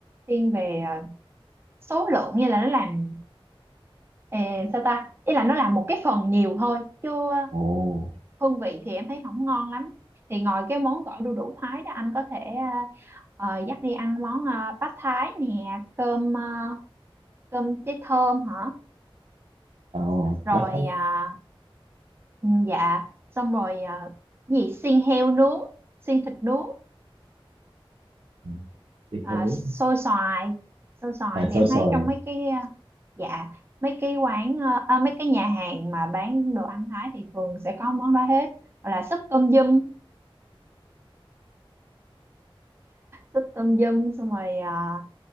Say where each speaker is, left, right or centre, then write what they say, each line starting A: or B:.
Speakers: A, on the right; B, on the right.
A: thiên về ờ, số lượng như là nó làm eh, sao ta ý là nó làm một cái phần nhiều thôi chứ ờ,
B: Ồ,
A: hương vị thì em thấy không ngon lắm thì ngoài cái món gỏi đu đủ Thái đó anh có thể ờ, ờ, dắt đi ăn món ờ, bát Thái nè cơm ờ, cơm cháy thơm hả
B: ồ,
A: rồi
B: bá thấy.
A: à, ừ, dạ xong rồi à, gì xiên heo nướng xiên thịt nướng
B: Ừ, Thịt
A: à,
B: heo nướng,
A: xôi xoài xôi xoài
B: à,
A: thì
B: xôi
A: em thấy
B: xoài,
A: trong mấy cái à, dạ mấy cái quán à, à, mấy cái nhà hàng mà bán đồ ăn Thái thì thường sẽ có món đó hết hoặc là súp tôm dum súp tôm dum xong rồi à,